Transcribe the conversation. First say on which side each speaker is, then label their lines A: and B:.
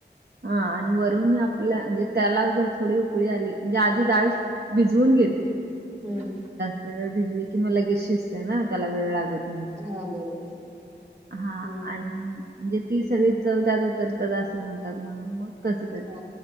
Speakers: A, on the right (about 60°); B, on the right (about 40°).
A: हा आणि वरून आपल्या म्हणजे त्याला जर थोडी उकळी आली, म्हणजे आधी डाळी भिजवून घेते.
B: हम्म.
A: अह भिजली की म लगेच शिजते ना. त्याला वेळ लागत नाही.
B: हा बरोबर
A: हा
B: हम्म हम्म
A: आन म्हणजे ती सगळी चव त्यात उतरतात असं म्हणतात म्हणून मग तसं कर
B: हो